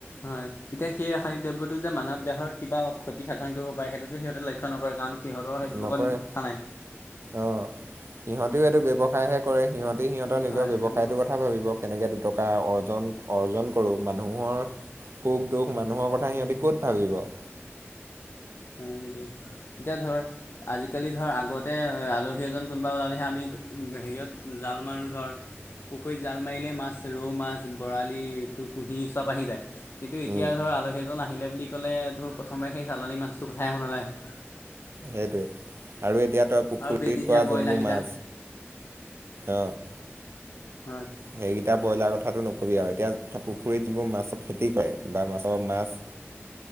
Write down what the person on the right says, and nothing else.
নকৰে।
অঁ! সিহঁতেও এইটো ব্যৱসায় হে কৰে সিহঁতে <unintelligible> <unintelligible> সিহঁতৰ নিজৰ
ব্যৱসায়টোৰ
কথা ভাবিব কেনেকে দুটকা অৰ্জন-অৰ্জন কৰো মানুহৰ <inaudible> সুখ, দুখ মানুহৰ কথা সিহঁতি ক'ত ভাবিব। <inaudible>
উম
সেইটোৱেই। আৰু এতিয়া তই পুখুৰীত
কৰা
যোনবোৰ মাছ অঁ! <inaudible>
সেইকেইটা ব্ৰইলাৰ কথাটো নকবি আৰু এতিয়া পুখুৰীত যোনবোৰ মাছৰ খেতি কৰে বা মাছৰ মাছ <inaudible>